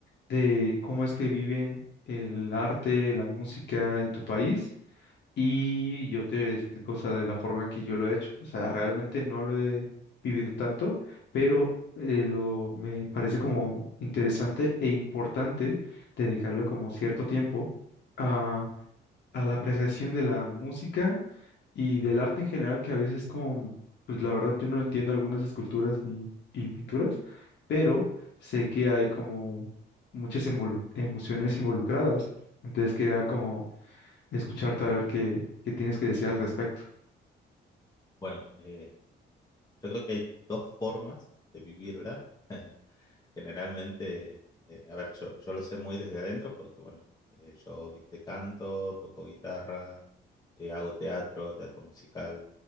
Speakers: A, on the left; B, on the left.
A: de cómo es que viven el arte, la música en tu país Y yo te explico, o sea, de la forma en que yo lo he hecho. O sea, realmente no lo he vivido tanto, pero eh, lo, me parece como interesante e importante dedicarle como cierto tiempo a, a la apreciación de la música y del arte en general, que a veces como, pues la verdad yo no entiendo algunas esculturas ni, y pinturas, pero sé que hay como muchas involu- emociones involucradas. Entonces quería como escucharte a ver qué, qué tienes que decir al respecto.
B: Bueno, eh, yo creo que hay dos formas de vivirla. <laughs> Generalmente, eh, a ver, yo, yo lo sé muy desde adentro porque, bueno, eh, yo, viste, canto, toco guitarra, eh, hago teatro, teatro musical.